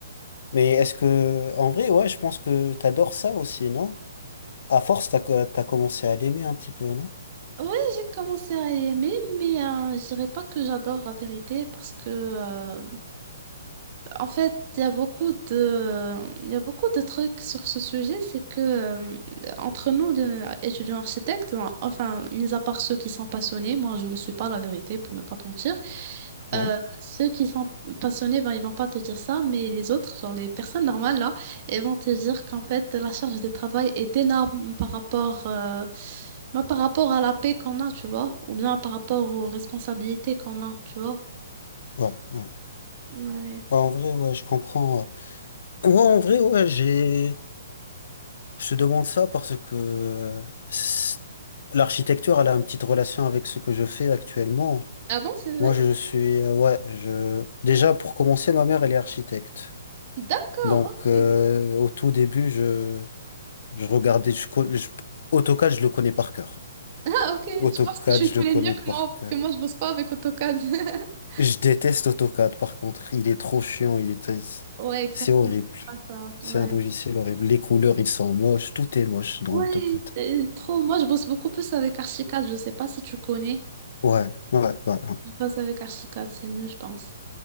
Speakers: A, on the left; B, on the right.
A: Mais est-ce que, en vrai, ouais, je pense que t'adores ça aussi, non? À force, t'as, co- t'as commencé à l'aimer un petit peu, non?
B: Ouais, j'ai commencé à aimer, mais euh, je dirais pas que j'adore la vérité parce que euh, en fait, il y a beaucoup de, il y a beaucoup de trucs sur ce sujet, c'est que euh, entre nous, les étudiants architectes, en- enfin, mis à part ceux qui sont passionnés, moi je ne le suis pas, la vérité, pour ne pas te mentir,
A: Ouais,
B: euh, ceux qui sont passionnés, ben, ils vont pas te dire ça, mais les autres, genre les personnes normales, là, ils vont te dire qu'en fait, la charge de travail est énorme par rapport, euh, ben, par rapport à la paix qu'on a, tu vois, ou bien par rapport aux responsabilités qu'on a, tu vois.
A: ouais, ouais. Ouais,
B: Ouais.
A: En vrai, ouais, je comprends. Ouais, Ouais, en vrai, ouais, j'ai, je te demande ça parce que euh, c'est- l'architecture, elle a une petite relation avec ce que je fais actuellement.
B: Ah bon, c'est vrai?
A: Moi, je suis, euh, ouais, je, déjà, pour commencer, ma mère, elle est architecte.
B: D'accord,
A: Donc, euh,
B: ok.
A: au tout début, je, Je regardais, je, con- je- AutoCAD, je le connais par cœur.
B: Ah, ok, je
A: AutoCAD,
B: pense que tu le
A: je le
B: connais
A: connais
B: mieux que
A: par
B: moi, parce
A: cœur.
B: que moi, je bosse pas avec AutoCAD. <laughs>
A: Je déteste AutoCAD, par contre. Il est trop chiant, il est très,
B: Ouais, exactement.
A: C'est horrible.
B: Pas ça,
A: C'est
B: ouais.
A: un logiciel horrible. Les couleurs, ils sont moches. Tout est moche dans
B: Ouais,
A: AutoCAD.
B: c'est trop. Moi, je bosse beaucoup plus avec Archicad. Je sais pas si tu connais.
A: Ouais, ouais, ouais. ouais.
B: Je bosse avec Archicad, c'est mieux, je pense.